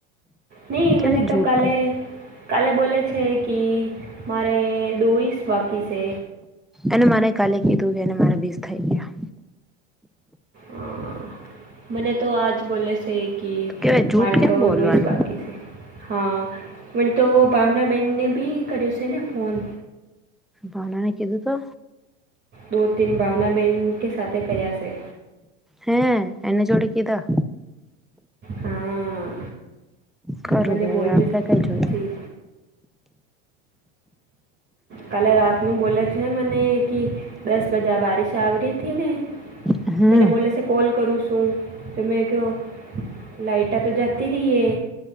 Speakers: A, on the right; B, in the centre.
A: ની
B: કેવી
A: મને તો
B: જૂઠું
A: કાલે કાલે બોલે છે કે મારે દોવીશ બાકી છે
B: એને મને કાલે કીધું કે એને મારા બીસ થઈ ગયા
A: હ મને તો આજ બોલે છે. કે
B: કેવાય જૂઠ
A: મારે
B: કેમ
A: તો
B: બોલવાનું
A: દોહીષ બાકી છે હા મ તો ભાવના બહેનને બી કર્યો છે ને ફોન
B: ભાવનાને કીધું તો
A: દો તીન ભાવના બહેન કે સાથે કયા છે
B: હે એની જોડે કીધા
A: હા
B: કરું
A: મને
B: તો
A: બોલ
B: આપડે કઈ જોઈએ
A: થી કાલે રાતનું બોલે છે મને કે દસ બજા બારિશ આવરી હતી ને
B: હમ
A: મને બોલે છે કોલ કરું સુ તમે ક્યો લાઇટા તો જતી રઈ હે